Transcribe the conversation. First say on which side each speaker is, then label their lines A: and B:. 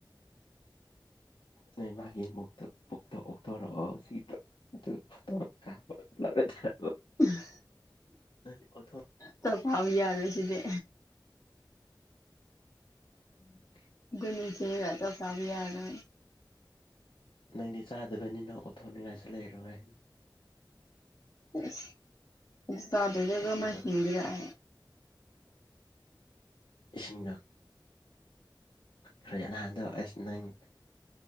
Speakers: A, on the left (about 85°); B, on the left (about 45°).
A: ꯅꯣꯏ ꯃꯥꯒꯤ ꯃꯛꯇ ꯄꯨꯛꯇ ꯑꯣꯊꯣꯔꯛꯑꯣ ꯁꯤꯗ ꯑꯗꯨ ꯀꯥ ꯆ
B: ꯎꯝ
A: ꯅꯗꯤ ꯑꯣꯊ
B: ꯇ ꯐꯥꯎ ꯌꯥꯗꯦ ꯁꯤꯗꯤ
A: ꯎꯝ
B: ꯑꯗꯨꯁꯤꯅꯤꯒꯖꯧ ꯐꯥꯕꯤ ꯌꯥꯅ
A: ꯅꯪꯗꯤ ꯆꯥꯗꯕꯅꯤꯅ ꯑꯣꯊꯣꯅꯤꯡꯉꯥꯏꯁꯨ ꯂꯩꯔꯣꯏ
B: ꯑꯦꯁ ꯑꯗꯨ ꯆꯥꯗ꯭ꯔꯣꯏꯗꯒ
A: ꯏꯁꯤꯡꯗꯣ
B: ꯃꯥ ꯍꯤꯡꯕꯤꯔꯛꯑꯦ
A: ꯏꯁꯤꯡꯗ ꯈꯔꯦ ꯑꯍꯥꯟꯗꯣ ꯑꯁ ꯅꯪ